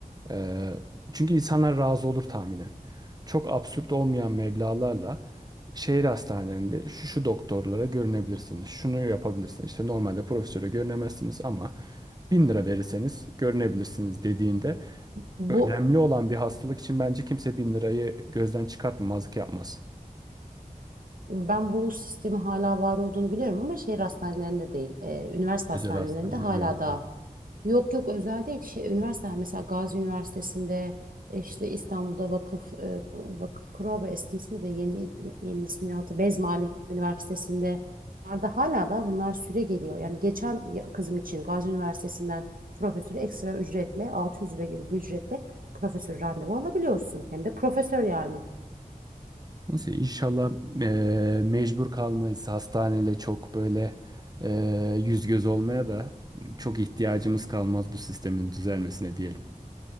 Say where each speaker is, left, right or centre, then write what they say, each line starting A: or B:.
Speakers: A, on the right; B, on the right.
A: eee, çünkü insanlar razı olur tahminen. Çok absürt olmayan meblağlarla şehir hastanelerinde şu şu doktorlara görünebilirsiniz. Şunu yapabilirsiniz. İşte normalde profesöre görünemezsiniz ama Bin lira verirseniz görünebilirsiniz dediğinde
B: Bu
A: önemli olan bir hastalık için bence kimse 1000 lirayı gözden çıkartmazlık yapmaz.
B: ben bu sistemin hala var olduğunu biliyorum ama şehir hastanelerinde değil, e, üniversite hastanelerinde
A: Özel hastaneler
B: hala
A: evet.
B: daha
A: evet.
B: Yok yok özel değil şey üniversiteler mesela Gazi Üniversitesi'nde e, işte İstanbul'da vakıf e, vakıf Kuraba eski ismi de yeni yeni ismini hatı Bez Muallim Üniversitesi'nde bunlar da hala da bunlar süre geliyor. Yani geçen ya- kızım için Gazi Üniversitesi'nden profesörü ekstra ücretle 600 lira gibi bir ücretle profesör randevu alabiliyorsun. Hem de profesör yani.
A: Neyse inşallah eee, mecbur kalmayız hastaneyle çok böyle eee, yüz göz olmaya da çok ihtiyacımız kalmaz bu sistemin düzelmesine diyelim.